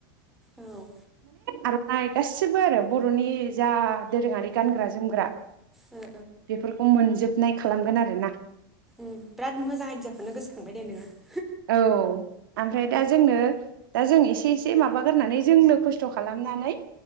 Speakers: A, in the centre; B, on the right.
A: ओ
B: आर'नाइ गासिबो आरो बर'नि जा दोरोङारि गानग्रा जोमग्रा
A: ओ
B: बेफोरखौ मोनजोबनाय खालामगोन आरोना
A: उम बिराद मोजां आइदियाखौनो गोसखांबाय दे ङो
B: औ आनफ्राय दा जोंनो दा जों एसे एसे माबागोरनानै जोंनो खस्थ' खालामनानै